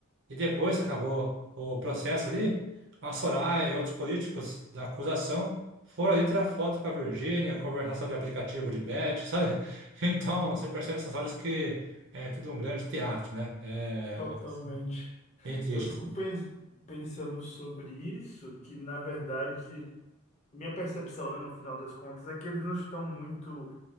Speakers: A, on the right; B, on the left.
A: E depois que acabou o processo ali, a Soraya e outros políticos da acusação foram ali tirar foto com a Virgínia, conversar sobre aplicativo de bet, sabe? <laughs> Então, você percebe essas horas que é tudo um grande teatro, né? É
B: totalmente.
A: uma coisa bem triste,
B: Eu fico
A: assim.
B: pens- pensando sobre isso, que na verdade. Minha percepção, né, no final das contas, é que eles não estão muito